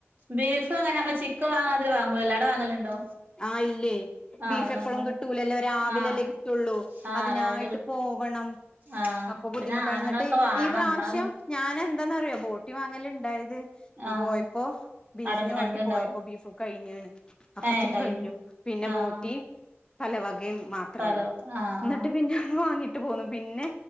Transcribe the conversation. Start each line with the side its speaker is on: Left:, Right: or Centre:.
Right: ബീഫ് അങ്ങനെ നമ്മ ചിക്കൻ വാങ്ങണാതിരി വാങ്ങൂല്ലല്ലോ, അവിടെ വാങ്ങലുണ്ടോ?
Left: ആഹ് ഇല്ലേ,
Right: ആഹ്
Left: ബീഫ്
Right: വാങ്ങൂലേ
Left: എപ്പളും കിട്ടൂലല്ലോ രാവിലല്ലേ
Right: ആഹ്
Left: കിട്ടുള്ളൂ.
Right: ആഹ്
Left: അതിനായിട്ട്
Right: രാവിലെ കിട്ടും
Left: പോ വണം.
Right: ആഹ്
Left: അപ്പൊ ബുദ്ധിമുട്ടാണ്
Right: പിന്നെ ആണുങ്ങളൊക്കെ
Left: എന്നിട്ട്
Right: വാണം
Left: ഈ പ്രാവശ്യം
Right: എന്നാ പി
Left: ഞാനെന്താന്നറിയോ പോട്ടി വാങ്ങല്ണ്ടായത് ഞാൻ
Right: ആഹ്
Left: പോയപ്പോ ബീഫിന്
Right: അവിടെണ്ട്
Left: വേണ്ടി
Right: കണ്ടുണ്ടാവും
Left: പോയപ്പോ ബീഫ് കഴിഞേണ്. അപ്പ
Right: ഏഹ്
Left: പിന്നെ
Right: കഴിഞ്ഞു ആഹ്
Left: ബോട്ടിം പലവകെം മാ ത്രൊള്ളൂ.
Right: പലോർത്ത് ആഹ്
Left: എന്നിട്ട് പിന്നെ അത് വാങ്ങി ട്ട് പോന്നു. പിന്നെ